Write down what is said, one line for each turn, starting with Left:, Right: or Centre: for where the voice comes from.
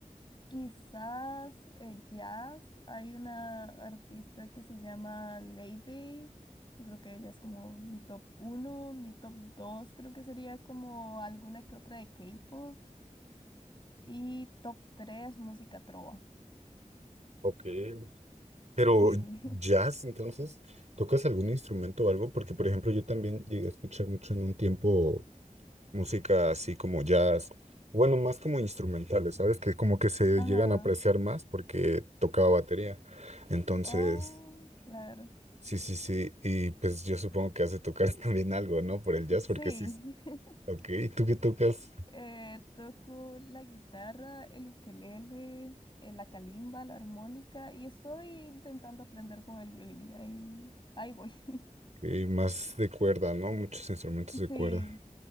Left: Quizás eh, jazz. Hay una artista que se llama Lady. Creo que ella es como mi top uno Mi top dos creo que sería como alguna que otra de K-pop. Y top tres música trova.
Right: Ok. Pero
Left: Sí.
Right: jazz, entonces, ¿tocas algún instrumento o algo? Porque, por ejemplo, yo también llegué a escuchar mucho en un tiempo música así como jazz, bueno, más como instrumentales, ¿sabes? Que como que se
Left: <laughs> Ajá.
Right: llegan a apreciar más porque tocaba batería. Entonces,
Left: Oh, claro.
Right: sí, sí, sí, y pues yo supongo que has de tocar <laughs> también algo, ¿no? Por el jazz,
Left: Sí.
Right: porque sí,
Left: <laughs>
Right: ok, ¿y ¿tú qué tocas?
Left: Eh, toco la guitarra, el ukelele, eh, la calimba, la armónica y estoy intentando aprender con el violín. Ahí, ahí voy. <laughs>
Right: Y más de cuerda, ¿no? Muchos instrumentos de
Left: Sí,
Right: cuerda.